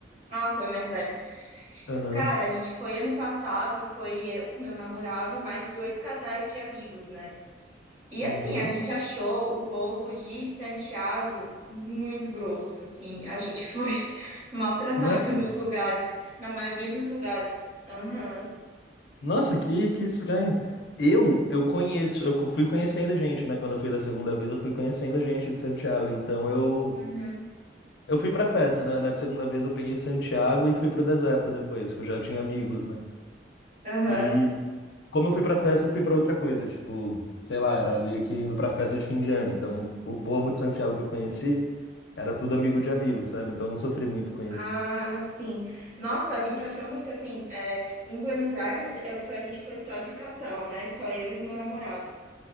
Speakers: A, on the right; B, on the left.
A: ah, foi mais velho.
B: Aham.
A: Cara, a gente foi ano passado, foi eu, meu namorado e mais dois casais de amigos, né? E
B: Uhum.
A: assim, a gente achou o povo de Santiago muito grosso, assim, a gente foi <laughs> maltratado
B: Nossa.
A: nos lugares, na maioria dos lugares. Aham,
B: Nossa, que, que estranho. Eu, eu conheço, eu fui conhecendo gente, né? Quando eu fui da segunda vez, eu fui conhecendo gente de Santiago. Então eu,
A: uhum,
B: eu fui pra festa, né? Na segunda vez eu peguei Santiago e fui pro deserto depois, que eu já tinha amigos, né?
A: aham.
B: E como eu fui pra festa, eu fui pra outra coisa, tipo, sei lá, era meio que indo pra festa de fim de ano. Então, o povo de Santiago que eu conheci era tudo amigo de amigo, sabe? Então, eu não sofri muito com isso.
A: Ah, sim. Nossa, a gente achou muito assim, é, em Buenos Aires, eu fui- a gente foi só de casal, né? Só eu e o meu namorado.